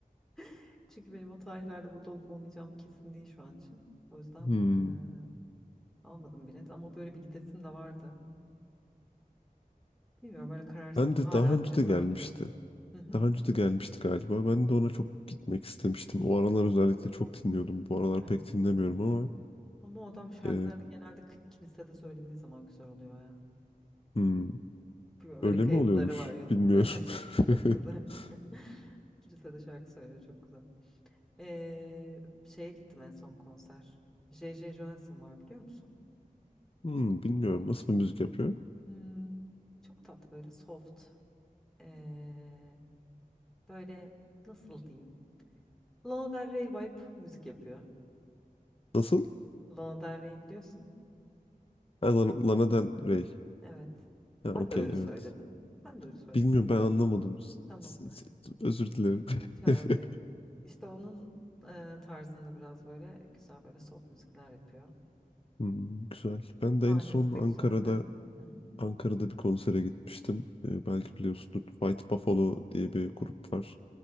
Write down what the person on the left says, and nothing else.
Hmm.
Ben de
daha önce
de gelmişti.
Daha önce de gelmişti galiba. Ben de ona çok gitmek istemiştim. O aralar özellikle çok dinliyordum. Bu aralar
pek dinlemiyorum ama
e,
hmm,
öyle
mi oluyormuş?
Bilmiyorum.
<laughs>
Hmm, bilmiyorum. Nasıl bir müzik yapıyor?
Nasıl?
Ha, Lana Lana Del Rey.
Ha,
okey,
evet.
Bilmiyorum ben anlamadım. S-
s- s- Özür dilerim.
<laughs>
Hmm, güzel. Ben de
en son
Ankara'da
Ankara'da bir konsere gitmiştim. Ee, belki biliyorsunuz White Buffalo diye bir grup var.